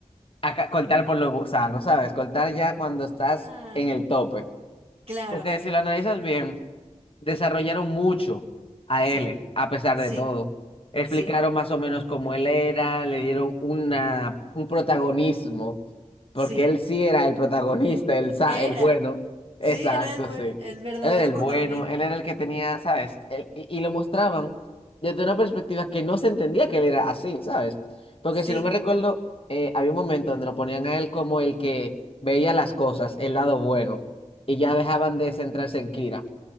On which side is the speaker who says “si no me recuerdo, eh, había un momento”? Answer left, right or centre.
Left